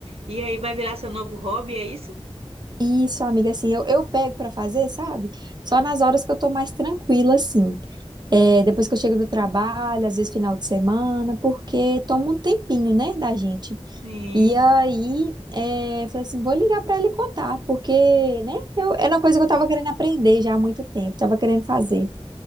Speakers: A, on the right; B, on the right.
A: E aí vai virar seu novo hobby, é isso?
B: Isso, amiga, assim, eu, eu pego pra fazer, sabe? Só nas horas que eu tô mais tranquila, assim. É, depois que eu chego do trabalho, às vezes final de semana, porque toma um tempinho, né, da gente.
A: Sim,
B: E aí, é, falei assim, vou ligar pra ele contar, porque, né, eu, era uma coisa que eu tava querendo aprender já há muito tempo, tava querendo fazer.